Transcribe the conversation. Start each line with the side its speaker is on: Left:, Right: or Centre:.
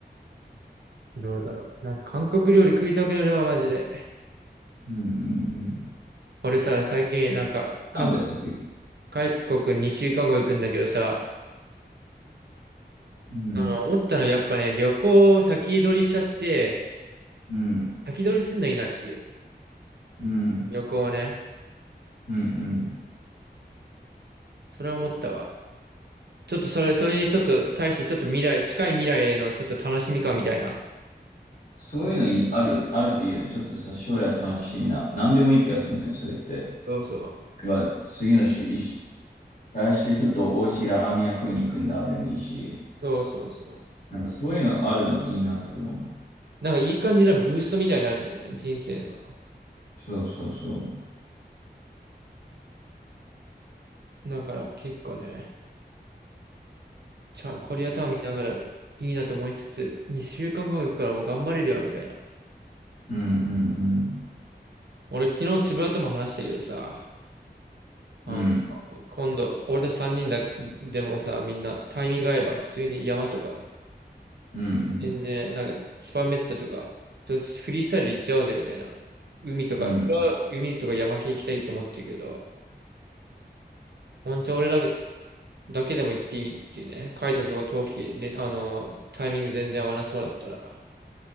Right: ン。どうだろう。なんか韓国料理食いたくなるわ、マジで。
Left: うんうんうん。
Right: 俺さ、最近なんか、韓
Left: なんだよね、結構。
Right: 韓国2週間後行くんだけどさ、
Left: うん。
Right: あの、思ったのやっぱね、旅行を先取りしちゃって、
Left: うん、
Right: 先取りすんのいいなっていう。
Left: うん、
Right: 旅行をね。
Left: うん、うん。
Right: それを思ったわ。ちょっとそれ、それにちょっと対してちょっと未来、近い未来へのちょっと楽しみ感みたいな。
Left: そういうのいあるよ、あるといいよね。ちょっとさ、将来楽しみな。何でもいい気がするんだよね、それって。
Right: そうそう。
Left: が次の週、いし来週ちょっと美味しいラーメン屋食いに行くんだ、でもいいし。
Right: そうそうそう。
Left: なんかそういうのあるのいいなと思う。
Right: なんかいい感じのブーストみたいになるんだよね、人生の。
Left: そうそうそ
Right: だから結構ね、ちゃん、コリアタウン見ながらいいなと思いつつ、2週間後行くからもう頑張れるよ、みたいな。
Left: う。うん、うん、
Right: 俺昨日つぶらとも話したけどさ、あの、
Left: うん。うん、
Right: 今度、俺たち3人だ、でもさ、みんなタイミング合えば、普通に山とか、
Left: うん、
Right: 全然、なんか、スパメッツァとか、ちょっとフリースタイル行っちゃおうぜ、みたいな。海とか、
Left: うん。
Right: それは海とか山系行きたいと思ってるけど、本当に俺だけ、だけでも行っていいっていうね、カイトとか陶器、ね、あの、タイミング全然合わなそうだったら、